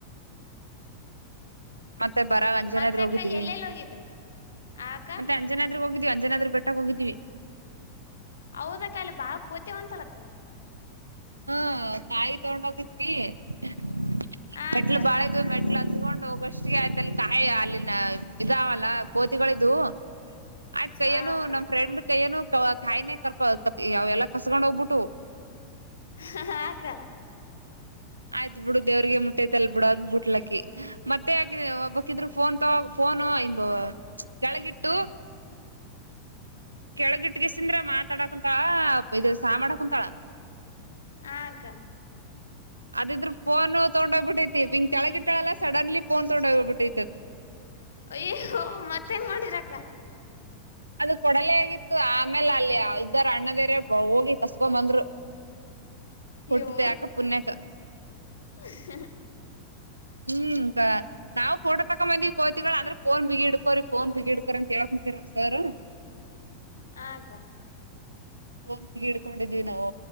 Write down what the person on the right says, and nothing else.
ಮತ್ತೆ ಬರಾಗ ಅಂಜನಾದ್ರರು
ಹೋಗಿದ್ವಿ
ಮತ್ತೆ ಅಂಜನದ ಟ್ರಿಪ್ <unintelligible> ಹೋಗಿದೀವಿ ಅಂಜನಾದ್ರಿ ಬೆಟ್ಟಕ್ ಹೋಗಿದೀವಿ.
ಹಾ ಕಾಯಿ ತೊಗೊಂಡೋಗಿದ್ವಿ. <unintelligible>
ಮೆಟ್ಲು
ಬಾಳ ಇದ್ವು ಮೆಟ್ಲ್ ಹತ್ಕೊಂಡ್ ಹೋಗಷ್ಟ ಆಯ್ತ ಅಲ್ಲಿ ಕಾಯಿ ಅಲ್ಲಿ ಇದಾವಲ್ಲ ಕೋತಿಗಳಿದ್ವು <unintelligible> ಆಯ್ತ್ ಕೈಯ್ಯನು
ನಮ್ಮ ಫ್ರೆಂಡ್ ಕೈಯ್ಯನು <unintelligible> <unintelligible> ಕಾಯಿನೇ ಕರ್ಕೊಳ ಯಾವ ಎಲ್ಲ ಕಸ್ಕೊಂಡ್ ಹೋಗ್ಬಿಟ್ಟು
ಆಯ್ತು ಬಿಡು ದೇವ್ರಿಗೆ ಮುಟ್ಟೈತಲ್ <unintelligible> ಬಿಡು ಅಂದುಬಿಟ್ಲಕ್ಕಿ ಮತ್ತ ಒಬ್ಬೇಕಿ ಇದ್ರೂ <unintelligible> ಫೋನ್ ಫೋನು ಹಿಂಗ ಕೆಳಗಿಟ್ಟು ಕೆಳಗಿಟ್ಗೆಸಿಂದ್ರ ಮಾತಾಡಕ ಕುಂತಾಳ ಇ ಚಾಹ ಮಾಡಕ ಕುಂತಾಳ
ಅದಿದ್ರರು ಫೋನ್ ತಗೊಂಡೋಗ್ಬಿಟ್ಟೈತಿ ಹಿಂಗ ತ <unintelligible> <unintelligible> ಸಡನ್ಳಿ ತೊಗೊಂಡ್ಹೋಗಿದೆ <unintelligible>
ಅದು ಕೊಡಲೇ ಆಗಿತ್ತು ಆಮೇಲೆ ಅಲ್ಲಿ ಇದ್ದಾರ ಅಣ್ಣದೇರೆ ಹೋಗಿ ಕಸ್ಬೊ ಬಂದ್ರು <unintelligible> ಕೊಟ್ಟಿತ್ತು
ಯಾಕ ಪುಣ್ಯಕ
ಹ್ಮ್ ನಾವು ಫೋಟೋ ತಕೊ ಬಂದೀವಿ ಕೋತಿಗಳ ಅಂದ್ರೆ ಫೋನ್ ಬಿಗಿ ಹಿಡ್ಕೋರಿ ಫೋನ್ ಬಿಗಿ ಹಿಡ್ಕೋರಿ ಕೇಳಕಂತರ <unintelligible> ಸರ್
ಫೋನ್ ಬಿಗಿ ಇಡ್ಕೊಂಡಿದೀವ್ ನಾವು